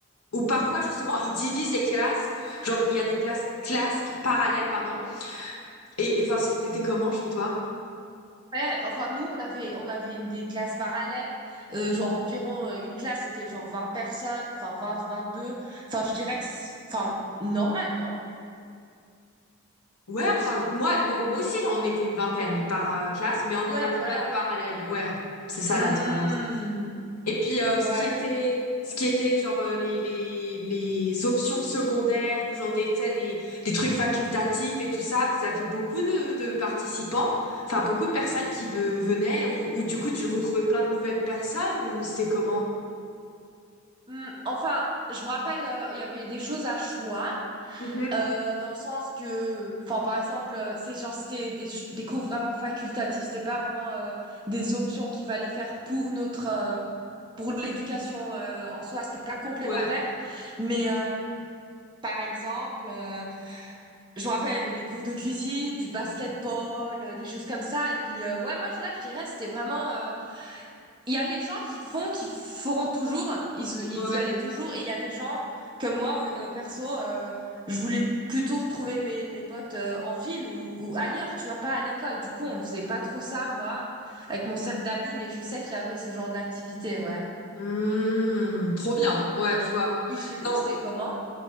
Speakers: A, on the left; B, on the right.
A: ou parfois justement ils divisent les classes, genre il y a des places classes parallèles pardon. Et et, enfin c'était comment chez toi?
B: Ouais, enfin nous on avait on avait une des classes parallèles, euh, genre environ euh, une classe c'était genre 20 personnes, enfin vingt vingt deux enfin je dirais que c'est- enfin normal, non?
A: Ouais, enfin, moi, moi, moi aussi, j'en étais une vingtaine par euh, classe, mais on n'en
B: Ouais,
A: avait pas
B: voilà.
A: de parallèle. Ouais, c'est ça
B: Hmm,
A: la différence. Et puis, euh, ce
B: ouais.
A: qui était, ce qui était genre euh, les, les, les options secondaires ou genre des, tu sais, des, des trucs facultatifs et tout ça, vous aviez beaucoup de, de participants, enfin, beaucoup de personnes qui ve- venaient ou, ou du coup, tu retrouvais plein de nouvelles personnes ou c'était comment?
B: Hmm, enfin, je me rappelle euh, il y avait des choses à choix
A: Mhm.
B: euh, dans le sens que enfin par exemple, euh, c'est genre c'était des ch- des cours vraiment facultatifs, c'était pas vraiment euh, des options qu'il fallait faire pour notre euh, pour l'éducation euh, en soi, c'était pas complémentaire,
A: Ouais,
B: mais euh, Par exemple, euh, je me rappelle, il y avait des cours de cuisine, du basketball, euh, des choses comme ça. Et puis, euh, ouais, moi, je- là, je dirais, c'était vraiment... euh, Il y a les gens qui font, qui feront toujours, ils, ils
A: ouais.
B: y allaient toujours. Et il y a des gens comme moi, ouais, euh, perso, euh, je voulais plutôt retrouver mes, mes potes euh, en ville ou, ou ailleurs, tu vois, pas à l'école. Du coup, on faisait pas trop ça, moi, avec mon cercle d'amis, mais je sais qu'il y avait ce genre d'activité, ouais.
A: Hmm, trop bien. Ouais, je vois.
B: Et chez vous,
A: Non,
B: c'était comment?